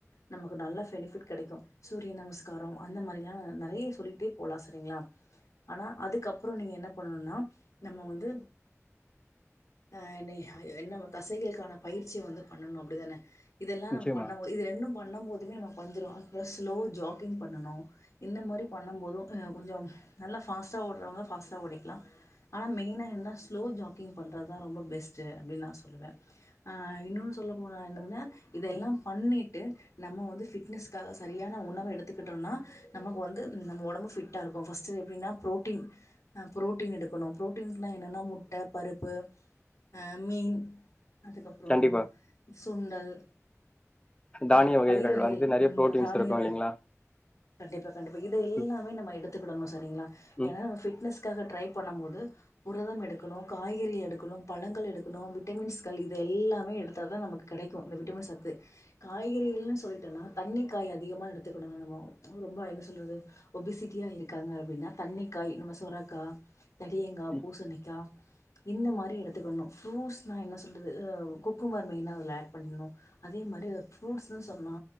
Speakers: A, on the left (about 80°); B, on the left (about 20°).
A: நமக்கு நல்ல பெனிஃபிட் கெடைக்கு சூரிய நமஸ்காரோ அந்த மாரிலாலா நெறைய சொல்லிகிட்டே போலா செரிங்ளா ஆனா அதுக்கு அப்றோ நீங்க என்ன பண்ணணும்னா நம்ம வந்து அ நீக என்ன தசைகளுக்கான பயிற்சிய வந்து பண்ணணு அப்டிதானே இதெல்லா
B: நிச்சயமா
A: நம்ம பண்ணமோது இது ரெண்டும் பண்ணபோதுமே நமக்கு வந்துரு அப்றோ ஸ்லோ ஜாகிங் பண்ணணு இந்த மாரி பண்ணம் போது ஆ கொஞ்சோ நல்லா ஃபாஸ்டா ஓடுறவங்க ஃபாஸ்ட்டா ஓடிக்லா ஆனா மெயினா என்ன ஸ்லோ ஜாக்கிங் பண்றதுதா ரொம்ப பெஸ்ட்டு அப்டின்னு நா சொல்லுவே ஆ இன்னொன்னு சொல்ல போனா என்னதுன்னா இதெல்லா பண்ணிட்டு நம்ம வந்து ஃபிட்னஸ்க்காக சரியான உணவ எடுத்துக்கிட்டோம்னா நமக்கு வந்து நம்ம ஒடம்பு ஃபிட்டா இருக்கு ஃபஸ்ட் எப்டின்னா பு்ரோட்டீன் ஆ ப்ரோட்டீன் எடுக்கணு ப்ரோட்டீஸ்னா என்னென்னா முட் முட்ட பருப்பு ஆ மீன் அதுக்கப்றோ
B: கண்டிப்பா
A: சுண்டல் சுண்ட்
B: தானிய
A: பயிரு வகைகள்
B: வந்து நெறைய
A: ம்
B: புரோட்டீன்ஸ்
A: தானியவ
B: இருக்கு இல்லைங்களா
A: கண்டிப்பா கண்டிப்பா இத எல்லாமே
B: ம்
A: நம்ம எடுத்துக்கிடணு சரிங்ளா
B: ம்
A: ஏனா நம்ம ஃபிட்னஸ்க்காக ட்ரை பண்ணம் போது புரதம் எடுக் டுக்கணு காய்கறி எடுக்கணு பழங்கள் எடுக்கணு விட்டமின்ஸ்கள் இத எல்லாமே எடுத்தா தா நமக்கு கெடைக்கு இந்த விட்டமின் சத்து காய்கறிகள்னு சொல்டேனா தண்ணி காய் அதிகமா எடுத்துக்கிடனு நம்ம ரொம்ப என்ன சொல்றது ஒபிசிட்டியா இருக்காங்க அப்டின்னா தண்ணிக்காய் நம்ம சொரக்கா தடியங்கா
B: ம்
A: பூசணிக்கா இந்த மாரி எடுத்துக்கணு ஃப்ரூட்ஸ்னா என்ன சொல்றது குக்கும்பர் மெயினா அதுல ஆட் பண்ணணு அதே மாரி ஒரு ஃப்ரூட்ஸ்ன்னு சொன்னா